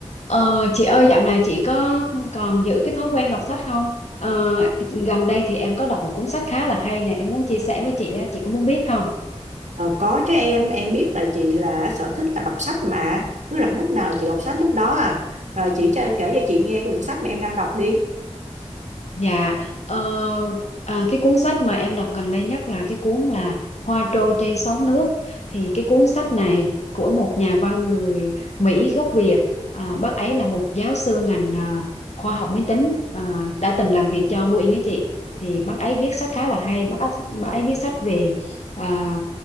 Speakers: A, on the left (about 70°); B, on the right (about 85°).
A: Ờ, chị ơi dạo này chị có còn giữ cái thói quen đọc sách không? Ờ, gần đây thì em có đọc một cuốn sách khá là hay nè, em muốn chia sẻ với chị á, chị có muốn biết không?
B: Ờ, có chứ em em biết là chị là sở thích là đọc sách mà cứ rảnh lúc nào là chị đọc sách lúc đó à Ờ, chị cho kể cho chị nghe cái quyển sách mà em đang đọc đi
A: Dạ, ờ, à, cái cuốn sách mà em đọc gần đây nhất là cái cuốn là Hoa trôi trên sóng nước. Thì cái cuốn sách này của một nhà văn người Mỹ gốc Việt. À, bác ấy là một giáo sư ngành à, khoa học máy tính à, đã từng làm việc cho Boeing ấy chị. Thì bác ấy viết sách khá là hay. Bác ấy, bác ấy viết sách về à,